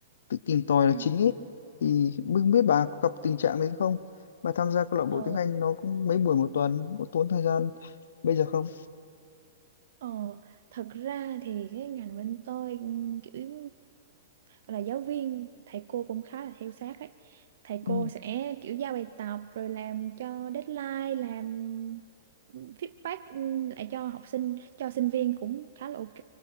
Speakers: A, on the left (about 75°); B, on the right (about 60°).
A: tự tìm tòi
B: Ừ.
A: là chính ấy thì không biết bà có gặp tình trạng đấy không bà tham gia câu lạc bộ
B: Ờ,
A: tiếng Anh nó cũng mấy buổi một tuần có tốn thời gian bây giờ không
B: ờ, thật ra thì cái ngành bên tôi ừm, kiểu gọi là giáo viên thầy cô cũng khá là theo sát ấy thầy cô
A: ừ.
B: sẽ kiểu giao bài tập rồi làm cho deadline làm feedback ừm, lại cho học sinh cho sinh viên cũng khá là ok